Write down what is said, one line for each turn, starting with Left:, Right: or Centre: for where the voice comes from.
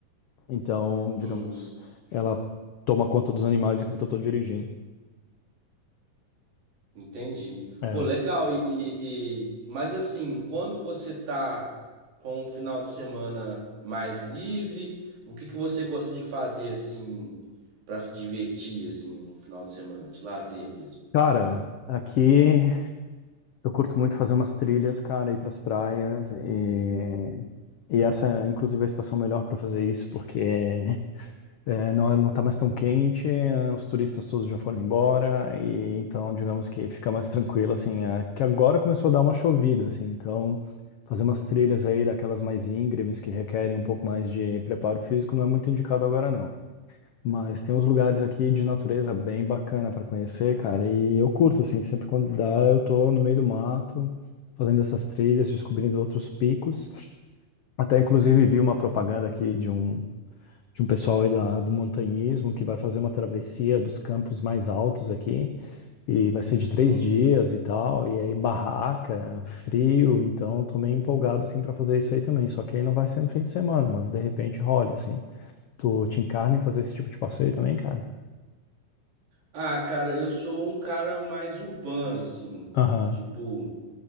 Left: Então, digamos,
Right: Uhum,
Left: ela toma conta dos animais enquanto eu tô dirigindo.
Right: entendi.
Left: É.
Right: Pô, legal. E, e- e- Mas assim, quando você tá com um final de semana mais livre, o que que você gosta de fazer, assim, pra se divertir, assim, no final de semana, de lazer mesmo?
Left: Cara, aqui eu curto muito fazer umas trilhas, cara, ir pras praias e. E essa, inclusive, é a estação melhor para fazer isso, porque é, é, não, é, não tá mais tão quente, os turistas todos já foram embora, e então, digamos que fica mais tranquilo, assim, é, que agora começou a dar uma chovida, assim, então fazer umas trilhas aí daquelas mais íngremes que requerem um pouco mais de preparo físico não é muito indicado agora, não. Mas tem uns lugares aqui de natureza bem bacana para conhecer, cara. E eu curto, assim, sempre quando dá, eu tô no meio do mato, fazendo essas trilhas, descobrindo outros picos. Até, inclusive, vi uma propaganda aqui de um, de um pessoal aí da, do montanhismo que vai fazer uma travessia dos campos mais altos aqui. E vai ser de três
Right: Hum.
Left: dias e tal. E aí, barraca, frio. Então, eu tô meio empolgado, assim, para fazer isso aí também. Só que aí não vai ser no fim de semana, mas de repente rola, assim. Tu te encarna em fazer esse tipo de passeio também, cara?
Right: Ah, cara, eu sou um cara mais urbano, assim.
Left: Aham,
Right: Tipo,